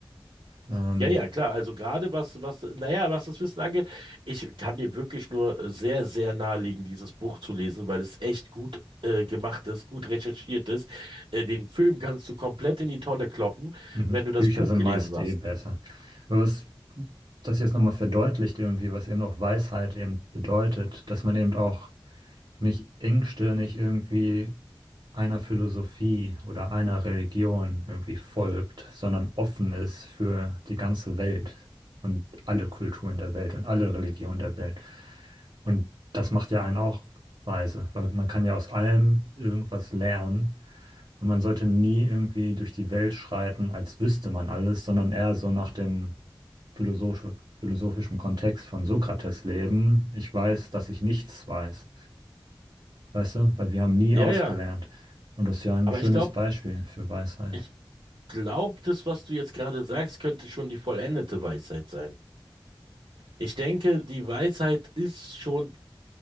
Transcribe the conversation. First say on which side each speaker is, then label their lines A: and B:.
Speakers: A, on the right (about 65°); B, on the right (about 80°).
A: Ähm,
B: Ja, ja, klar. Also gerade was, was, naja, was das Wissen angeht, ich kann dir wirklich nur äh, sehr, sehr nahelegen, dieses Buch zu lesen, weil es echt gut äh, gemacht ist, gut recherchiert ist. Äh, den Film kannst du komplett in die Tonne kloppen,
A: Mhm.
B: wenn du das
A: Bücher
B: Buch
A: sind
B: gelesen
A: meist
B: hast.
A: eh besser. Aber was das jetzt nochmal verdeutlicht irgendwie, was eben auch Weisheit eben bedeutet, dass man eben auch nicht engstirnig irgendwie einer Philosophie oder einer Religion irgendwie folgt, sondern offen ist für die ganze Welt und alle Kulturen der Welt und alle Religionen der Welt. Und das macht ja einen auch weise, weil man kann ja aus allem irgendwas lernen und man sollte nie irgendwie durch die Welt schreiten, als wüsste man alles, sondern eher so nach dem philosophisch, philosophischen Kontext von Sokrates leben. Ich weiß, dass ich nichts weiß. Weißt du, weil wir haben nie
B: Ja,
A: ausgelernt.
B: ja.
A: Und das ist ja ein
B: Aber
A: schönes
B: ich glaube,
A: Beispiel für Weisheit.
B: ich glaube, das, was du jetzt gerade sagst, könnte schon die vollendete Weisheit sein. Ich denke, die Weisheit ist schon